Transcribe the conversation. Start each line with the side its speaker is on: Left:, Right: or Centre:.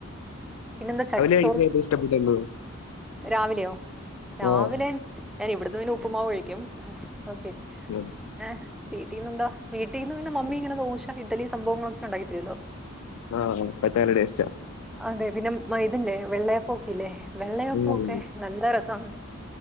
Centre: ഇന്നെന്താ ചട്ടിച്ചോറ്
Left: കഴിക്കാൻ ഏറ്റവും ഇഷ്ടപ്പെട്ട എന്തുവാ
Centre: രാവിലെയോ രാവിലെ
Left: ആഹ്
Centre: ഞാൻ ഇവിടിന്ന് പിന്നെ ഉപ്പ്മാവ് ഒഴിക്കും ഓക്കെ
Left: ഉം
Centre: ഏഹ് വീട്ടിന്ന് എന്താ വീട്ടീന്ന് പിന്ന മമ്മി ഇങ്ങനെ ദോശ ഇഡ്ഡലി സംഭവങ്ങളൊക്കെ ഇണ്ടാക്കി തരുല്ലോ
Left: ആഹ് പ്രത്യേക ടേസ്റ്റാ
Centre: അതെ പിന്നെ മൈതല്ലെ വെള്ളയപ്പൊക്കെ ഇല്ലേ വെള്ളയപ്പൊക്കെ
Left: ഉം
Centre: നല്ല രസാണ്